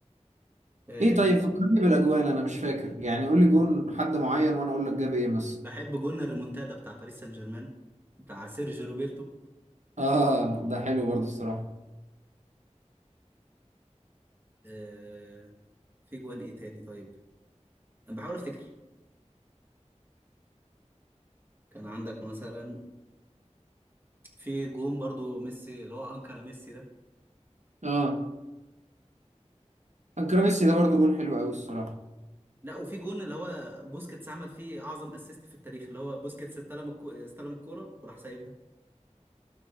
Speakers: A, on the right (about 20°); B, on the right (about 75°).
A: آه،
B: ايه، طيب فكرني بالاجوان انا مش فاكر يعني قول لي جون حد معين وانا اقول لك جاب ايه مثلا
A: بحب جون الريمونتادا بتاع باريس سان جيرمان بتاع سيرجي روبرتو
B: اه ده حلو برضه الصراحه
A: آه، في جوان إيه تاني طيب أنا بحاول أفتكر كان عندك مثلا في جون برضو ميسي اللي هو انكر ميسي ده
B: اه انكراميسي ده برضه جون حلو قوي الصراحه
A: لا وفي جون اللي هو بوسكيتس عمل فيه اعظم اسيست في التاريخ اللي هو بوسكيتس استلم الكو... استلم الكوره وراح سايبها